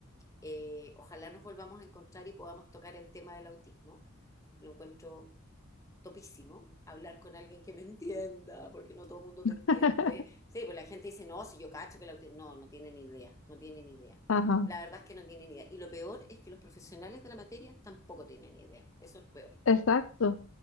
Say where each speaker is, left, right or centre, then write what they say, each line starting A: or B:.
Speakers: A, on the left; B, on the left.
A: Eh, ojalá nos volvamos a encontrar y podamos tocar el tema del autismo. Lo encuentro topísimo hablar con alguien que me entienda, porque no todo el mundo te
B: <laughs>
A: entiende. Sí, pues la gente dice, no, si yo cacho que la... auti-". No, no tienen idea, no tienen idea.
B: Ajá,
A: La verdad es que no tienen idea. Y lo peor es que los profesionales de la materia tampoco tienen idea. Eso es lo peor.
B: exacto,